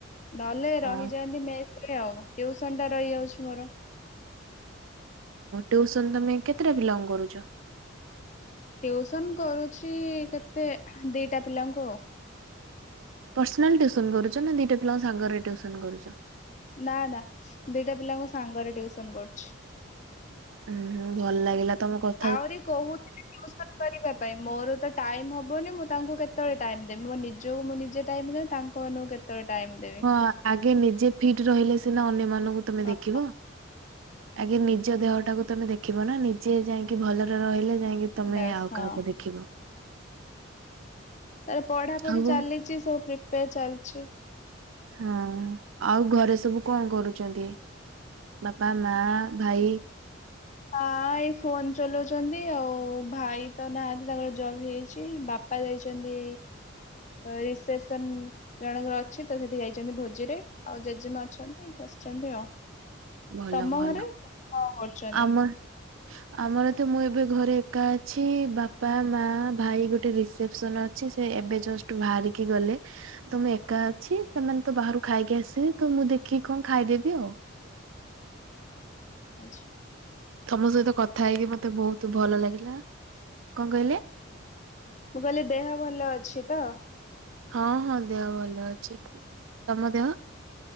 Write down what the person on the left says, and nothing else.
ନହେଲେ
ରହିଯାନ୍ତି ମେସ୍ ରେ ଆଉ ଟିଉସନ ଟା ରହିଯାଉଛି ମୋର।
ଟିଉସନ୍ କରୁଛି କେତେ ଦୁଇଟା ପିଲାଙ୍କୁ ଆଉ।
ନା ନା ଦିଟା ପିଲାଙ୍କୁ ସାଙ୍ଗରେ ଟିଉସନ କରୁଛି।
ଆହୁରି କହୁଥିଲେ ଟିୟୁସନ୍ କରିବା ପାଇଁ ମୋର ତ ଟାଇମ ହବନି ମୁଁ ତାଙ୍କୁ କେତେବେଳେ ଟାଇମ ଦେବି, ମୋ ନିଜକୁ ମୁଁ ନିଜେ ଟାଇମ ଦେବି ତାଙ୍କମାନଙ୍କୁ କେ କେତେଳେ ଟାଇମ୍ ଦେବି।
ହଁ
ବାସ୍
ହଁ
ତାର ପଢା ପଢି
ଚାଲିଚି ସବୁ ପ୍ରିପ୍ରାର ଚାଲିଚି।
ହଁ ଏଇ ଫୋନ ଚଲଉଛନ୍ତି, ଆଉ ଭାଇ ତ ନାହାନ୍ତି ତାଙ୍କର ଜବ ହେଇଛି ବା ପା ଯାଇଛନ୍ତି ରିସେପସେନ ଜଣଙ୍କର ଅଛି ତ ସେଠି ଯାଇଛନ୍ତି ଭୋଜିରେ, ଆଉ ଜେଜେମା ଅଛନ୍ତି ବସିଛନ୍ତି ଆଉ।
ତମ
ଘରେ କଣ କରୁଛନ୍ତି?
ଆଚ୍ଛା।
ମୁଁ କହିଲି ଦେହ ଭଲ ଅଛି ତ?